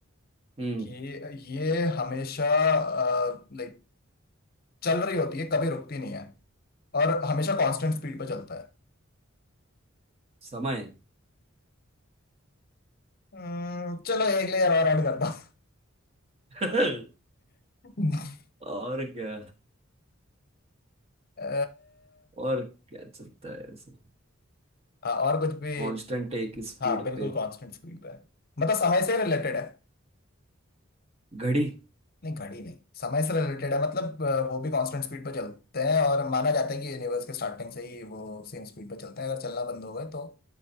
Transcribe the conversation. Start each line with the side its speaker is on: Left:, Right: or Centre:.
Right: हम्म,
Left: कि ये हमेशा लाइक चल रही होती है कभी रुकती नहीं है और हमेशा कांस्टेंट स्पीड पे चलता है
Right: समय
Left: हम्म, चलो एक लेयर और ऐड करता हूँ
Right: <laughs>
Left: <laughs>
Right: और क्या
Left: अ,
Right: और क्या चलता है ऐसे
Left: हाँ और कुछ भी
Right: कांस्टेंट एक स्पीड
Left: हाँ बिल्कुल
Right: पे
Left: कांस्टेंट स्पीड पे है मतलब समय से रिलेटेड है
Right: घड़ी
Left: नहीं घड़ी नहीं समय से रिलेटेड है मतलब अ, वो भी कांस्टेंट स्पीड पे चलते हैं और माना जाता है कि यूनिवर्स के स्टार्टिंग से ही वो सेम स्पीड पे चलते हैं अगर चलना बंद हो गए तो